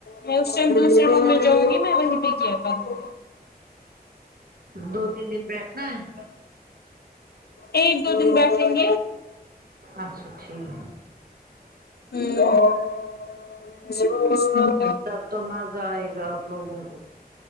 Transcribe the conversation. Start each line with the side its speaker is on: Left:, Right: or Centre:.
Left: میں اس ٹائم دوسرے روم میں جؤں گی میں وہیں پہ کیا کروں گی
Right: دو تین دن بیٹھنا ہے
Left: <unintelligible> ایک دو دن بیٹھیں گے
Right: اچھا ٹھیک
Left: <unintelligible>
Right: تب تو مزہ آئے گا آپ لوگوں کو